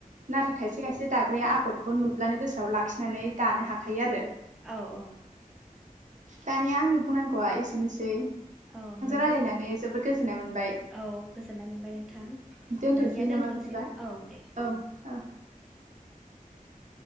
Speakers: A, on the right; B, in the centre.
A: नाथाय खायसे-खायसे दाग्राया आगरखौ नुब्लानो गोसोआव लाखिनानै दानो हाखायो आरो
B: औ-औ
A: दानिया आंनि बुंनांगौआ एसेनोसै
B: औ नोंथांजों
A: रायलायनानै जोबोद गोजोननाय मोनबाय
B: औ गोजोननाय मोनबाय नोंथां
A: दोनथ'सै
B: दानिया
A: नामा
B: दोनथ'सैना
A: बिदिबा
B: औ दे
A: औ औ